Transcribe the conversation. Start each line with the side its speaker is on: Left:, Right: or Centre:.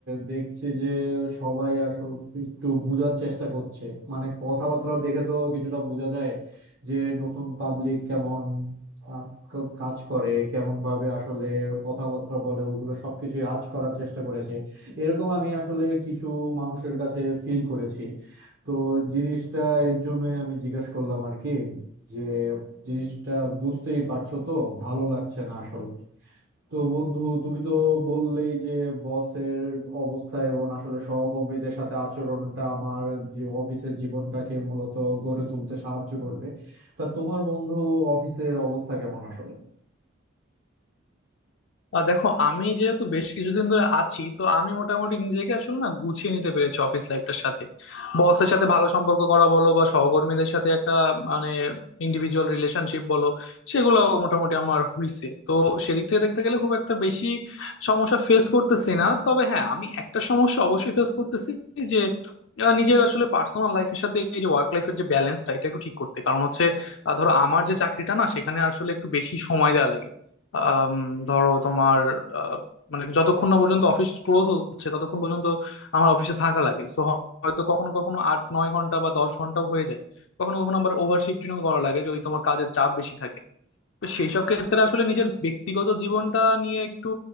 Right: দেখছি যে সবাই আসলে একটু বোঝার চেষ্টা করছে মানে কথাবার্তা দেখে তো কিছুটা বোঝা যায় যে নতুন পাবলিক কেমন আহ, ক- কাজ করে কেমন ভাবে আসলে কথাবার্তা বলে ওইগুলো সবকিছু আঁচ করার চেষ্টা করেছে এরকম আমি আসলে কিছু মানুষের কাছে ফিল করেছি তো জিনিসটা এর জন্যই আমি জিজ্ঞাসা করলাম আর কি যে জিনিসটা বুঝতেই পারছো তো ভালো লাগছে না আসলে তো বন্ধু তুমি তো বললেই যে বসের অবস্থা এবং আসলে সহকর্মীদের সাথে আচরণটা আমার জী- অফিসের জীবনটাকে মূলত গড়ে তুলতে সাহায্য করবে তা তোমার বন্ধু অফিসের অবস্থা কেমন আসলে
Left: আহ দেখো আমি যেহেতু বেশ কিছুদিন ধরে আছি তো আমি মোটামুটি নিজেকে আসলে না গুছিয়ে নিতে পেরেছি অফিস লাইফটার সাথে বসের সাথে ভালো সম্পর্ক করা বলো বা সহকর্মীদের সাথে একটা মানে ইন্ডিভিজুয়াল রিলেশনশিপ বলো সেগুলো মোটামুটি আমার হইছে তো সেদিক থেকে দেখতে গেলে খুব একটা বেশি সমস্যা ফেস করতেছি না তবে হ্যাঁ আমি একটা সমস্যা অবশ্যই ফেস করতেছি যে আহ, নিজের আসলে পার্সোনাল লাইফের সাথে এই যে ওয়ার্ক লাইফের যে ব্যালেন্সটা এটা একটু ঠিক করতে কারণ হচ্ছে আহ, ধরো আমার যে চাকরিটা না সেখানে আসলে একটু বেশি সময় দেওয়া লাগে আম, ধরো তোমার আহ, মানে যতক্ষণ না পর্যন্ত অফিস ক্লোজ হচ্ছে ততক্ষণ পর্যন্ত আমার অফিসে থাকা লাগে সো হয়তো কখনো কখনো আট নয় ঘন্টা বা দশ ঘন্টাও হয়ে যায় কখনো কখনো আবার ওভার শিফটিংও করা লাগে যদি তোমার কাজের চাপ বেশি থাকে তো সেই সব ক্ষেত্রে আসলে নিজের ব্যক্তিগত জীবনটা নিয়ে একটু